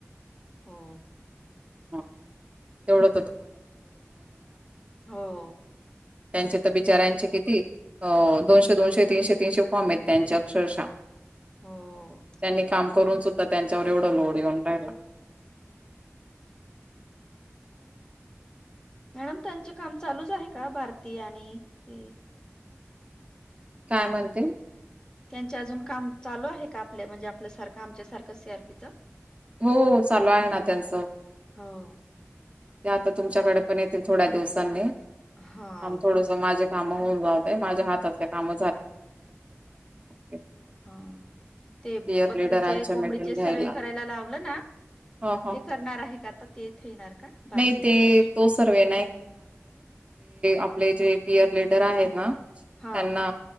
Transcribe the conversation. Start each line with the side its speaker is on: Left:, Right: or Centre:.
Left: हो
Right: <unintelligible> तेवढं.
Left: हो,
Right: त्यांचे तर बिचार्यांचे किती, अ दोनशे दोनशे तीनशे तीनशे फॉर्म येत त्यांच्या अक्षरशः
Left: हो.
Right: त्यांनी काम करून सुद्धा त्यांच्यावर एवढं लोड येऊन राहिला.
Left: <unintelligible> मॅडम त्यांचे काम चालूच आहे. का भारती आणि ते,
Right: काय म्हणते!
Left: त्यांच्या अजून काम चालू आहे का, आपल्या म्हणजे आपल्यासारखं आमच्या सारखं सी आरपीच,
Right: हो चालू आहे ना त्यांचं.
Left: हो
Right: ते आता तुमच्याकडे पण येतील, थोड्या दिवसांनी
Left: हा
Right: थोडस माझ्या, काम होऊन जाऊतय माझ्या हातातले काम, ते.
Left: हा ते
Right: पीयर
Left: बकरीचे
Right: लिडरांच्या
Left: कोंबडीचे
Right: मीटिंग घ्यायला
Left: सर्वे करायला लावलं ना.
Right: ह ह
Left: ते करणार आहे का आता ते येणार, का भारतीन
Right: नाही ते तो सर्वे, आपले जे पियर लीडर आहेत ना
Left: हाव
Right: त्यांना,